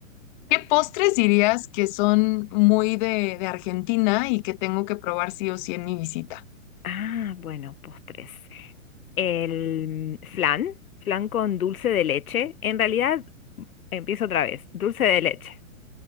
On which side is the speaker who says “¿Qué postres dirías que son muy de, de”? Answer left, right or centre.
Left